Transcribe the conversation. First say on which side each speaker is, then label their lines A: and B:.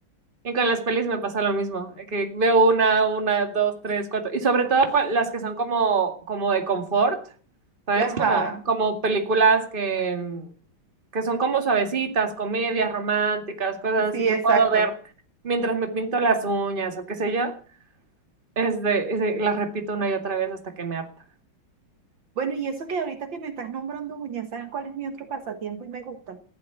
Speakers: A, on the right; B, on the right.
A: Y con las pelis me pasa lo mismo, eh, que veo una, una, dos, tres, cuatro, y sobre todo cua- las que son como, como de confort, ¿sabes?
B: Ajá,
A: Como, como películas que, que son como suavecitas, comedias románticas, cosas
B: sí,
A: así que
B: exacto.
A: puedo ver mientras me pinto las uñas o qué sé yo, este de, las repito una y otra vez hasta que me harta.
B: Bueno, y eso que ahorita que me estás nombrando uñas, ¿sabes cuál es mi otro pasatiempo y me gusta?